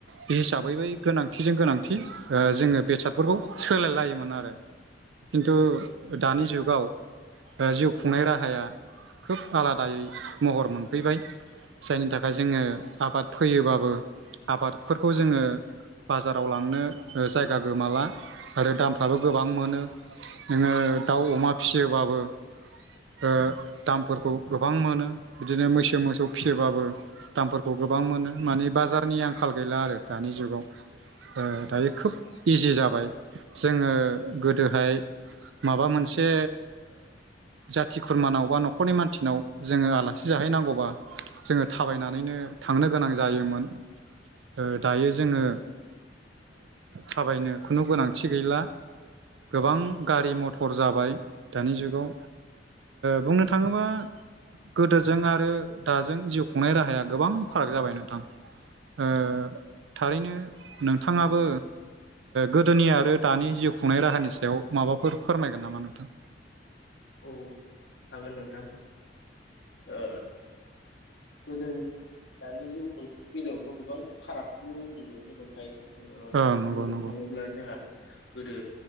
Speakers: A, on the right; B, on the left.
A: बे हिसाबै बै गोनांथिजों गोनांथि जोङो बेसादफोरखौ सोलाय लायोमोन आरो खिन्थु दानि जुगाव ओ जिउ खुंनाय राहाया खोब आलादायै महर मोनफैबाय जायनि थाखाय जोङो आबाद फैयोबाबो आबादफोरखौ जोङो बाजाराव लांनो ओ जायगा गोमाला आरो दामफ्राबो गोबां मोनो नोङो दाउ अमा फिसियोबाबो ओ दाम फोरखौ गोबां मोनो बिदिनो मैसो मोसौ फिसियोबाबो दामफोरखौ गोबां मोनो मानिे बाजारनि आंखाल गैला आरो दानि जुगाव दायो खोब इजि जाबाय जोङो गोदोहाय माबा मोनसे जाथि खुरमानाव बा न'खरनि मानसिनाव जोङो आलासि जाहैनांगौबा जोङो थाबायनानैनो थांनो गोनां जायोमोन ओ दायो जोङो थाबायनो खुनु गोनांथि गैला गोबां गारि मथर जाबाय दानि जुगाव बुंनो थाङोबा गोदोजों आरो दाजों जिउ खुंनाय राहाया गोबां फाराग जाबाय नोंथां ओ थारैनो नोंथाङाबो गोदोनि आरो दानि जिउ खुंनाय राहानि सायाव माबाफोर फोरमायगोन नामा नोंथां
B: औ हागोन नोंथां ओ गोदोनि दानि जिउ खुंनायनि बेलायावथ' गोबां फारागखौ नुनो मोनखायो ओ
A: ओं नंगौ
B: बुंनो
A: नंगौ
B: थाङोब्ला जोंहा गोदो